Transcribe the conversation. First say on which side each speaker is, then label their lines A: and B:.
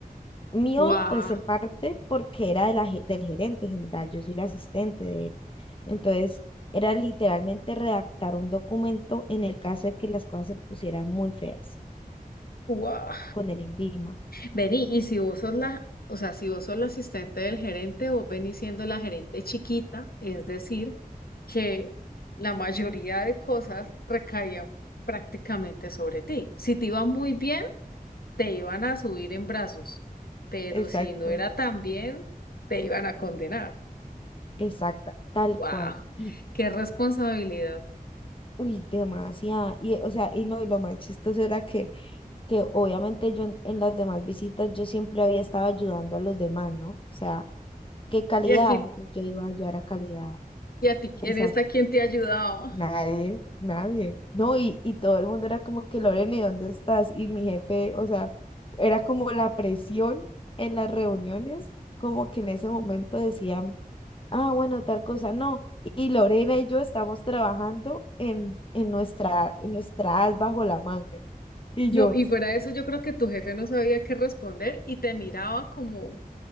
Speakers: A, on the left; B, on the left.
A: mío
B: Wow.
A: pues en parte porque era de la, ge- del gerente general, yo soy la asistente de él. Entonces, era literalmente redactar un documento en el caso de que las cosas se pusieran muy feas
B: Wow.
A: con el INVIMA.
B: Vení, y si vos sos la, o sea, si vos sos la asistente del gerente, vos venís siendo la gerente chiquita, es decir, que la mayoría de cosas recaían prácticamente sobre ti. Si te iba muy bien, te iban a subir en brazos, pero
A: Exacto.
B: si no era tan bien, te iban a condenar.
A: Exacta, tal
B: Wow,
A: cual. Y,
B: qué responsabilidad.
A: y- uy, demasiada. Y, o sea, y no, y lo más chistoso era que que obviamente yo en, en las demás visitas yo siempre había estado ayudando a los demás, ¿no? O sea, ¿qué calidad?
B: Y aquí,
A: Entonces yo iba a ayudar a calidad.
B: y a ti,
A: Exacto.
B: en esta, ¿quién te ayudaba?
A: Nadie, nadie. No, y, y todo el mundo era como que, Lorena, ¿y dónde estás? Y mi jefe, o sea, era como la presión en las reuniones, como que en ese momento decían, ah, bueno, tal cosa, no. Y Lorena y yo estamos trabajando en, en nuestra, en nuestra as bajo la manga. Y
B: No,
A: yo,
B: y fuera de eso, yo creo que tu jefe no sabía qué responder y te miraba como